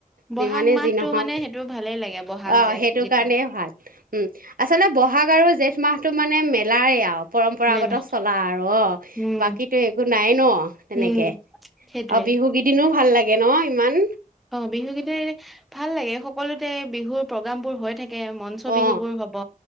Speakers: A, in the centre; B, on the right.
A: বহাগ
B: যিমানে
A: মাহটো
B: যি নহওক
A: মানে সেইটো ভালে লাগে বহাগ
B: অ
A: জেঠ
B: সেইটো
A: গীতা
B: কাৰণেই ভাল উম আচলতে বহাগ আৰু জেঠ মাহটো মানে মেলাই আ পৰম্পৰাগত
A: মেলা
B: চলা আৰু অ
A: উম
B: বাকীতো একো নাই ন তেনেকে
A: উম সেইটোৱে
B: আৰু বিহুকেইদিনো ভা ভাল লাগে ন ইমান
A: অ', বিহু কেইদিন ভাল লাগে সকলোতে বিহুৰ প্ৰগ্ৰাম বোৰ হৈ থাকে মঞ্চ
B: অ
A: বিহু বোৰ হ'ব